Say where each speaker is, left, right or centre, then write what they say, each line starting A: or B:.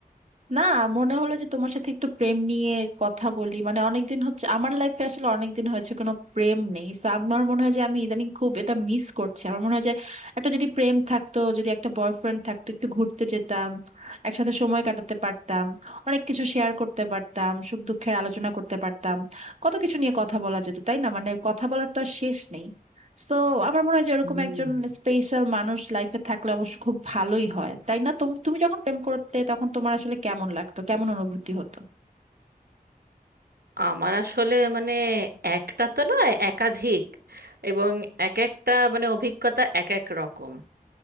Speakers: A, on the right (about 45°); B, on the right (about 75°).
A: না মনে হলো যে তোমার সাথে একটু প্রেম নিয়ে কথা বলি মানে অনেকদিন হচ্ছে আমার লাইফে আসলে অনেকদিন হয়েছে কোনো প্রেম নেই So, আমার মনে হয় যে আমি ইদানিং খুব এটা মিস করছি আমার মনে হয় যে একটা যদি প্রেম থাকতো যদি একটা বয়ফ্রেন্ড থাকতো একটু ঘুরতে যেতাম একসাথে সময় কাটাতে পারতাম অনেক কিছু শেয়ার করতে পারতাম সুখ দুঃখের আলোচনা করতে পারতাম কত কিছু নিয়ে কথা বলা যেত তাই না মানে কথা বলার তো আর শেষ নেই সো আমার মনে হয় যে ওরকম
B: হুম
A: একজন স্পেশাল মানুষ লাইফে থাকলে অবশ্য খুব ভালোই হয় তাই না তুমি তুমি যখন প্রেম করতে তখন তোমার আসলে কেমন লাগতো কেমন অনুভূতি হতো
B: আমার আসলে মানে একটা তো নয় একাধিক এবং এক একটা মানে অভিজ্ঞতা এক এক রকম